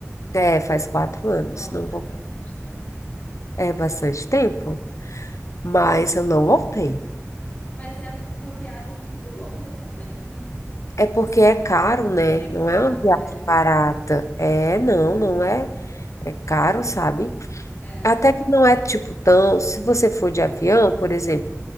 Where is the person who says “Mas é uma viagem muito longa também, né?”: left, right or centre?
Left